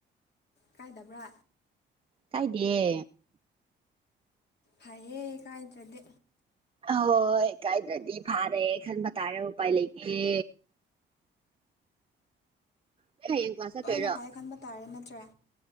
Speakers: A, on the left (about 55°); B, on the right (about 30°).
A: ꯀꯥꯏꯗꯕ꯭ꯔꯥ
B: ꯀꯥꯏꯗꯤꯌꯦ
A: ꯍꯥꯏꯑꯌꯦ ꯀꯥꯏꯗ꯭ꯔꯗꯤ
B: ꯑꯍꯣꯏ ꯀꯥꯏꯗꯗꯤ ꯐꯥꯔꯦ ꯈꯟꯕ ꯇꯥꯔꯦ ꯎꯄꯥꯏ ꯂꯩꯇꯦ ꯅꯪ ꯍꯌꯦꯡ ꯀ꯭ꯂꯥꯁ ꯆꯠꯇꯣꯏꯔꯣ
A: ꯂꯅ ꯐꯩ ꯈꯟꯕ ꯇꯥꯔꯦ ꯅꯠꯇ꯭ꯔꯦ